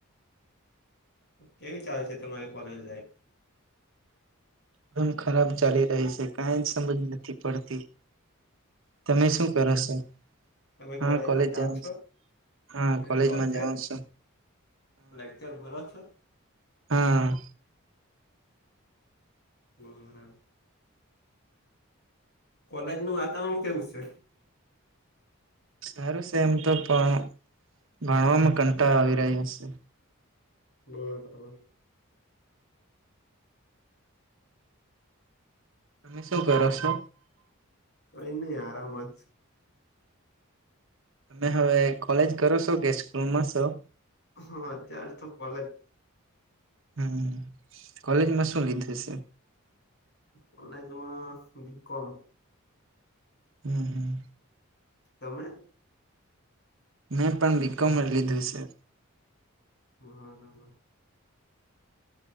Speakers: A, on the left (about 50°); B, on the right (about 60°).
A: કેવી ચાલે છે તમારી કોલેજ લાઈફ
B: એકદમ ખરાબ ચાલી રહી છે, કાઈ જ સમજ નથી પડતી. તમે શું કરો છો
A: તમે
B: હા
A: કોલેજમાં
B: કોલેજ
A: જાઓ
B: જવું
A: છો
B: છું. હા
A: એ
B: કોલેજમાં
A: રોજે
B: જાઉ છું.
A: લેક્ચર ભરો છો
B: હા.
A: <unintelligible> કોલેજ નું વાતાવરણ કેવું છે.
B: સારું છે એમ તો પણ ભણવામાં કંટાળો આવી રહ્યા છે.
A: બરાબર.
B: તમે શું કરોશો
A: કઈ નહી આરામજ
B: તમે હવે કોલેજ કરો છો કે સ્કૂલ માં સૌ
A: હા અત્યાર તો કોલેજ
B: હમ્મ કોલેજમાં શું લીધું છે.
A: કૉલેજ માં બીકોમ
B: હમ્મ હમ્મ.
A: તમે.
B: મેં પણ બીકોમ લીધું છે.
A: હા ના.